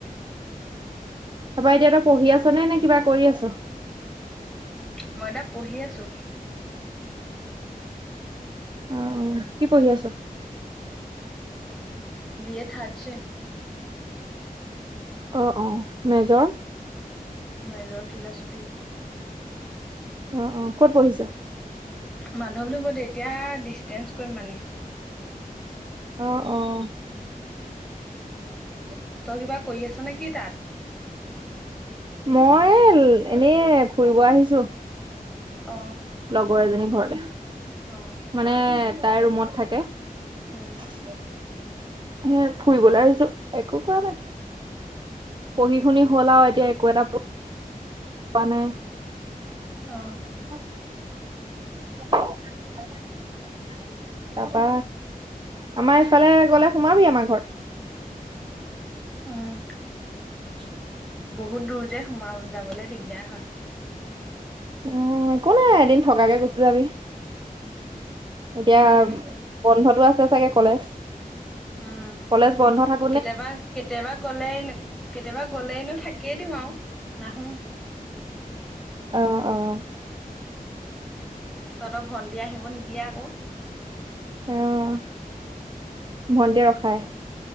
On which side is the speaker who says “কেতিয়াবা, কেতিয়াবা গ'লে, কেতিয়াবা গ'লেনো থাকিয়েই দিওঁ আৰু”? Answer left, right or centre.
Centre